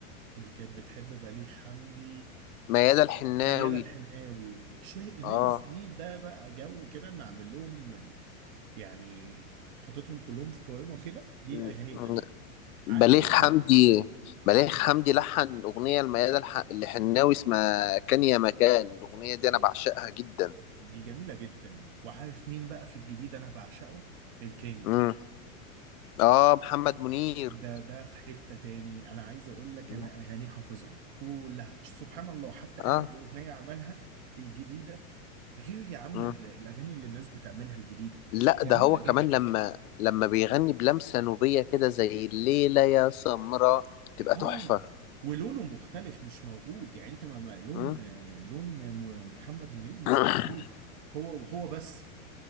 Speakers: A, on the right; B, on the left.
A: اللي كانت بتحب بليغ حمدي
B: ميادة الحناوي
A: ميادة الحناوي شوية الناس
B: اه
A: دي ده بقى جو كده نعمل لهم يعني حطيتهم كلهم في قائمة كده دي
B: مم.
A: الأغاني القديمة عندي
B: بليغ
A: واحدة
B: حمدي بليغ حمدي لحن أغنية لميادة الح- الحناوي اسمها كان يا مكان الأغنية دي أنا بعشقها جدا
A: دي جميلة جدا وعارف مين بقى في الجديد أنا بعشقه الكينج
B: مم. آه محمد منير
A: ده ده في حتة تاني أنا عايز أقول لك
B: لا.
A: أنا أغانيه حافظها كلها سبحان الله حتى آخر
B: آه
A: أغنية عملها الجديدة غير يا عم
B: مم.
A: ال- الاغاني اللي الناس بتعملها الجديده
B: لا
A: جميله
B: ده هو كمان
A: جدا
B: لما لما بيغني بلمسة نوبية كده زي الليلة يا سمراء تبقى
A: اه
B: تحفة
A: ولونه مختلف مش موجود يعني انت ما ما- لون
B: مم.
A: آه، لون م- محمد منير مش
B: <coughs>
A: موجود هو هو بس